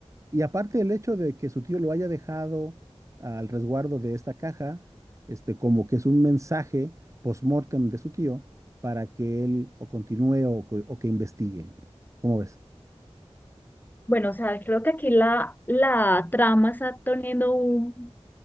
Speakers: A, on the right; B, on the left.
A: Y aparte el hecho de que su tío lo haya dejado al resguardo de esta caja, este, como que es un mensaje post-mortem de su tío para que él o continúe o, co- o que investigue. ¿Cómo ves?
B: bueno, o sea, creo que aquí la, la trama está teniendo un